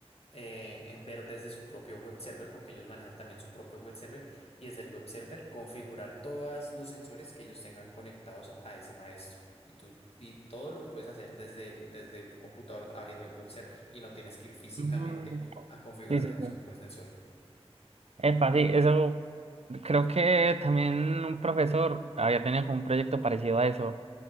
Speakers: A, on the left; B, on the right.
A: eh, en ver desde su propio web server, porque ellos manejan también su propio web server, y desde el web server configurar todos los sensores que ellos tengan conectados a ese maestro. Y tú, y todo lo puedes hacer desde el- desde un computador abriendo el web server y no tienes que ir físicamente
B: Mm,
A: a configurar
B: Sí, sí,
A: sensor
B: sí.
A: por sensor.
B: Epa, sí, eso creo que también un profesor había tenido como un proyecto parecido a eso.